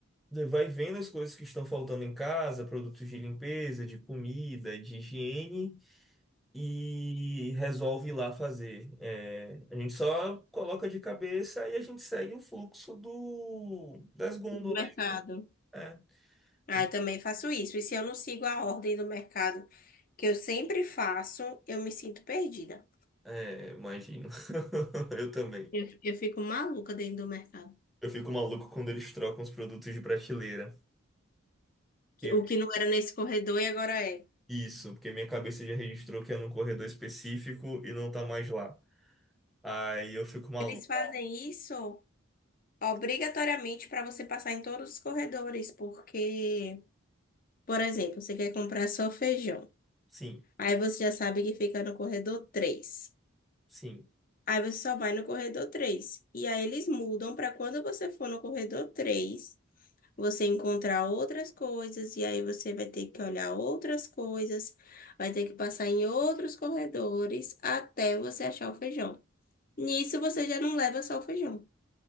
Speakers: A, in the centre; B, on the left (about 40°).
A: vai vendo as coisas que estão faltando em casa, produtos de limpeza, de comida, de higiene. e resolve ir lá fazer. É, a gente só coloca de cabeça e a gente segue o fluxo do, das gôndolas.
B: do mercado.
A: É,
B: Ah,
A: a gente-
B: eu também faço isso. E se eu não sigo a ordem do mercado, que eu sempre faço, eu me sinto perdida.
A: é, imagino. <laughs> Eu também.
B: Eu, eu fico maluca dentro do mercado.
A: Eu fico maluco quando eles trocam os produtos de prateleira.
B: Que-
A: E-
B: O que não era nesse corredor e agora é.
A: Isso, porque minha cabeça já registrou que é num corredor específico e não tá mais lá. Aí eu fico maluco.
B: Eles fazem isso obrigatoriamente para você passar em todos os corredores, porque, por exemplo, você quer comprar só feijão.
A: Sim,
B: Aí você já sabe que fica no corredor três
A: sim.
B: Aí você só vai no corredor três E aí eles mudam para quando você for no corredor 3 você encontrar outras coisas e aí você vai ter que olhar outras coisas, vai ter que passar em outros corredores até você achar o feijão. Nisso você já não leva só o feijão